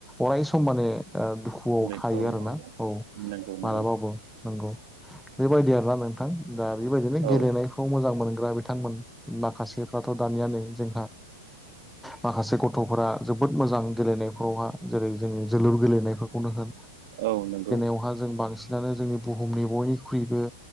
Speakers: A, in the centre; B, on the right.
A: अराय सम माने ओ दुखुआव
B: बेखौ
A: थायो आरोना‌। औ
B: नंगौ नंगौ
A: मालाबाबो नंगौ बेबायदि आरोना नोंथां दा बेबायदिनो
B: औ
A: गेलेनाय। थ' मोजां मोनग्रा बिथांमोन माखासेफ्राथ' दानियानो जोंहा। माखासे गथ'फोरा जोबोद मोजां गेलेनायफ्रावहा। जेरै जोंनि जोलुर गेलेनायफोरखौनो होन।
B: औ नंगौ
A: बवहा जों बांसिनानो जोंनि बुहुमनि बयनिख्रुइबो।